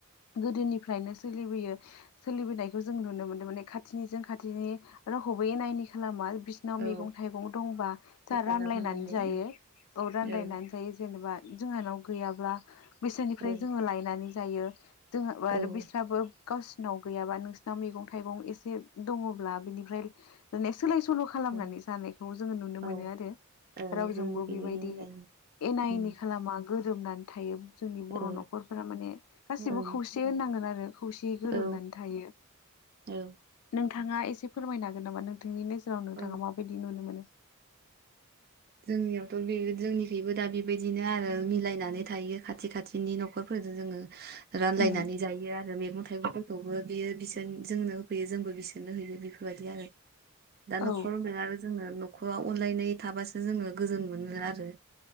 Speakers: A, on the left; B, on the right.
A: गोदोनिफ्राय नो सोलिबोयो सोलिबोनायखौ जों नुनो मोनदों माने खाथिनिजों खाथिनि रावखौबो एनायनि खालामा बिसिनाव
B: औ
A: मैगं थाइगं दंबा जों
B: हेफाजाब
A: रानलायनानै
B: होनानै
A: जायो।
B: उम
A: औ रानलायनानै
B: ओं
A: जायो जेनेबा जोंहानाव गैयाब्ला बिसोरनिफ्राय
B: ओं
A: जोङो लायनानै दायो <unintelligible>
B: ओं
A: गावसोरनाव गैयाब्ला नोंसोरनाव मैगं थाइगं एसे दंब्ला सोलाय सोल' खालामनानै
B: औ ओं
A: जानायखौ जोङो नुनो
B: औ
A: मोनो आरो
B: ओं
A: रावजोंबो
B: जोंनि बेबायदिनो
A: बेबायदि
B: जायो
A: एना
B: ओं
A: इनि खालामा गोरोबनानै थायो जोंनि
B: ओं
A: बर' न'खरफोरा माने गासिबो
B: ओं
A: खौसे होनांगोन खौसेयै गोरोबनानै
B: औ
A: थायो
B: औ
A: नोंथाङा एसे फोरमायनो हागोन नामा नोंथांनिनो? जोंनाव नोंथाङा
B: औ
A: माबायदि नुनो मोनो।
B: जोंनियावथ' बे जोंनिखबो दा बेबायदिनो आरो मिलायनानै थायो खाथि खाथिनि न'खरफोर जों रानलायनानै
A: उम
B: जायो आरो। थाइगंफोरखौबो बियो बिसोर जोंनो होफैयो जोंबो बिसोरनो होयो। बेफोरबायदि आरो दा न'खर
A: औ
B: होनबाय आरो जोङो न'खराव अनलायनाय थाबासो जोङो गोजोन मोनो आरो।